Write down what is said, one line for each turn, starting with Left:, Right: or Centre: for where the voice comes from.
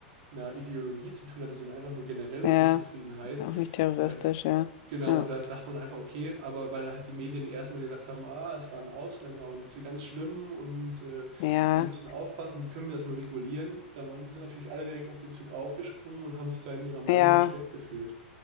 Right: einer Ideologie zu tun hatte, sondern einfach nur generelle
Left: ja.
Right: Unzufriedenheit.
Left: Auch nicht terroristisch,
Right: Und da,
Left: ja.
Right: genau,
Left: Ja.
Right: und da sagt man einfach, okay, aber weil halt die Medien erstmal gesagt haben, ah, es waren Ausländer und ganz schlimm und äh,
Left: Ja,
Right: wir müssen aufpassen, wie können wir das nur regulieren, dann waren, sind natürlich alle direkt auf den Zug aufgesprungen und haben sich da in ihrer Meinung
Left: ja,
Right: gestärkt gefühlt.